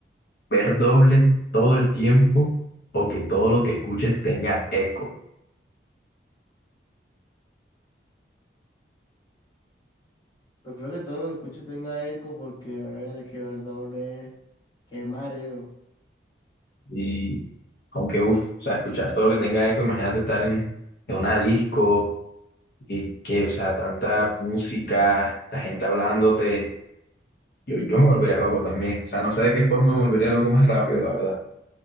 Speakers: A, on the left; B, on the left.
A: ¿Ver doble todo el tiempo o que todo lo que escuches tenga eco?
B: Pero creo que todo lo que escuche tenga eco porque, a ver, es que ver doble, qué mareo.
A: Y aunque, uff, o sea, escuchar todo lo que tenga eco, imagínate estar en, en una disco, que, que, o sea, tanta música, la gente hablándote. Yo, yo me volvería loco también. O sea, no sé de qué forma me volvería loco más rápido, la verdad.